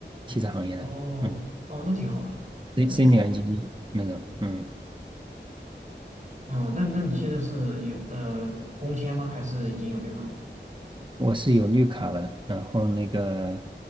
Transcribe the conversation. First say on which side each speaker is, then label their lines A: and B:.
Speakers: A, on the right; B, on the right.
A: 汽车行业的，
B: 哦哦，
A: 嗯
B: 那挺好的，那挺好的。
A: s e n i o 那种，嗯。
B: 哦，那那你现在是有呃工签吗？还是已经有绿卡？
A: 我是有绿卡了，然后那个，